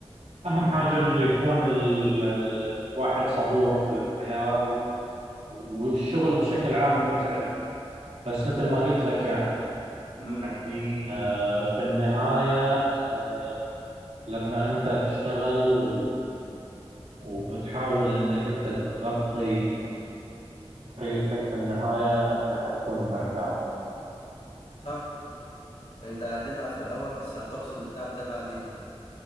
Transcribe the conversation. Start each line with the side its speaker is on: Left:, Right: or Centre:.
Right: أهم حاجة إنه يكون ال- ال- الواحد صبور في الحياة و- والشغل بشكل عام متعب بس مثل ما قلت لك
Left: امم
Right: يعني آه، في النهاية آه، لما أنت تشتغل و- وبتحاول إنك أنت تغطي تكليفك في النهاية أنت حتكون مرتاح
Left: صح انت هتتعب في الاول بس هتحصد التعب ده بعدين